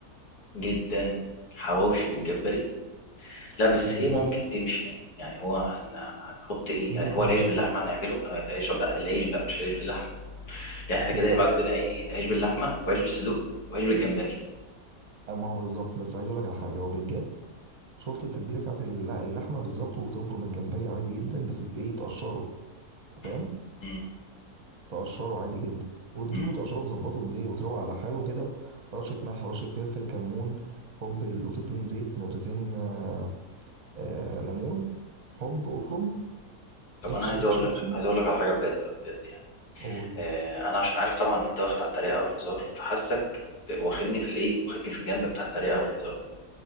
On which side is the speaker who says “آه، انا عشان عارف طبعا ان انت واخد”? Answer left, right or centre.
Left